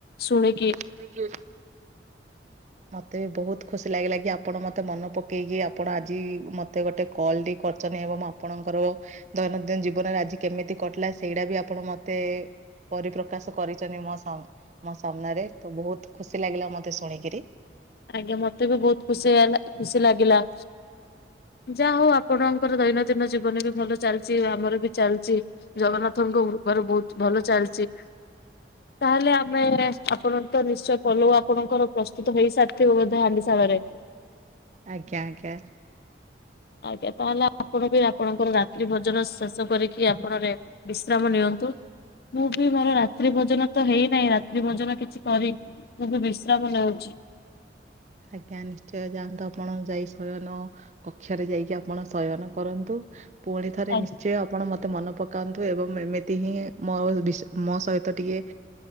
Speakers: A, on the left; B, on the right.
A: ଶୁଣିକି
B: ସେ ମତେ ବି ବହୁତ ଖୁସି ଲାଗିଲା କି ଆପଣ ମତେ ମନ ପକେଇକି ଆପଣ ଆଜି ମ ମତେ ଗୋଟେ କଲଟି କରିଛନ୍ତି ଏବଂ ଆପଣଙ୍କର ଦୈନନ୍ଦିନ ଜୀବନରେ ଆଜି କେମିତି କଟିଲା ସେଇଟା ବି ଆପଣ ମତେ ପରିପ୍ରକାଶ କରିଛନ୍ତି ମୋ ସା ମୋ ସାମ୍ନାରେ ତ ବହୁତ ଖୁସି ଲାଗିଲା ମତେ ଶୁଣିକିରି।
A: ଆଜ୍ଞା ମତେ ବି ବହୁତ ଖୁସି ଲାଗଲା ଖୁସି ଲାଗିଲା। ଯାହା ହଉ ଆପଣଙ୍କର ଦୈନନ୍ଦିନ ଜୀବନ ବି ଭଲ ଚାଲିଛି ଆମର ବି ଚାଲିଛି। ଜଗନ୍ନାଥଙ୍କ କୃପାରୁ ବହୁତ ଭଲ ଚାଲିଛି। ତାହେଲେ ଆମେ ଆପଣତ ନିଶ୍ଚୟ ପଲଉ ଆପଣଙ୍କର ପ୍ରସ୍ତୁତ ହେଇସାରି ଥିବ ବୋଧେ ହାଣ୍ଡି ଶାଳରେ।
B: ଆଜ୍ଞା ଆଜ୍ଞା।
A: ଆଜ୍ଞା ତାହେଲେ ଆପଣ ବି ଆପଣଙ୍କର ରାତ୍ରି ଭୋଜନ ଶେଷ କରିକି ଆପଣ ରେ ବିଶ୍ରାମ ନିଅନ୍ତୁ। ମୁଁ ବି ମୋର ରାତ୍ରି ଭୋଜନ ତ ହେଇନାହିଁ ରାତ୍ରି ଭୋଜନ କିଛି କରି ମୁଁ ବି ବିଶ୍ରାମ ନେଉଛି।
B: ଆଜ୍ଞା ନିଶ୍ଚୟ ଯାଆନ୍ତୁ ଆପଣ ଯାଇ ସୟନ। କକ୍ଷରେ ଯାଇକି ଆପଣ ଶୟନ କରନ୍ତୁ ପୁଣି ଥରେ
A: ଆଜ୍ଞା
B: ନିଶ୍ଚୟ। ଆପଣ ମତେ ମନେ ପକାନ୍ତୁ ଏବଂ ଏମିତି ହିଁ ମୋ ମୋ ବିଷମୋ ସହିତ ଟିକେ।